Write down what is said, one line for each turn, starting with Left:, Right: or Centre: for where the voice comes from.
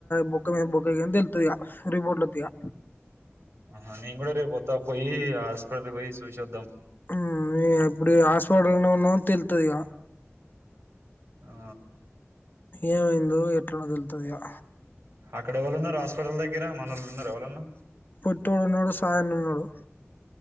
Left: బొక్క మీద బొక్క ఎరిగింద తెల్తది ఇగ రిపోర్ట్ వత్తయి ఇగ
Right: అహ్ నేను కూడా రేప్ వత్త పోయి ఇగ ఎప్పుడైతే పోయ్ సూశోద్దాం
Left: ఉమ్ అప్పుడిగ హాస్పిటల్లో నే ఉన్నావని తెల్తదిగ
Right: ఆ
Left: ఏమైందో ఎట్లునదో తెల్తదిగా
Right: అక్కడ ఎవ్వళ ఉన్నారు హాస్పిటల్ దగ్గర మనోళ్లు ఉన్నార్ ఎవలన్నా
Left: పొట్టొడున్నాడు సాయన్న వున్నాడు